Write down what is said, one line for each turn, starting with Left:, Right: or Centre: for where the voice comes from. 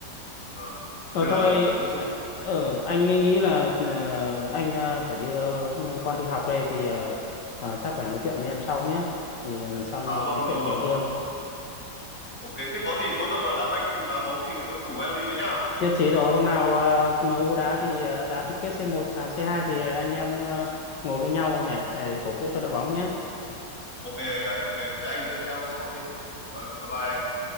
Centre: à.
Left: ờ,
Centre: nên
Left: thôi
Centre: là nói chung
Left: anh- ờ, anh nghĩ là ờ, anh ờ, phải đi ờ, con đi học đây thì ờ, ờ, chắc phải nói chuyện với em sau nhé thì lần sau anh
Centre: à
Left: em mình
Centre: vâng
Left: nói chuyện
Centre: vâng
Left: nhiều
Centre: vâng
Left: hơn
Centre: vâng ok thế có gì cuối tuần mà đá banh đá bóng thì có rủ em đi với nhá
Left: Nhất trí rồi, hôm nào ờ, em u đá thì ờ, đá chung kết C1 à C2 thì anh em ờ, ngồi với nhau nhỉ để cổ vũ cho đội bóng nhé.
Centre: ok anh ơi ok thế anh cứ theo cháu đi bye bye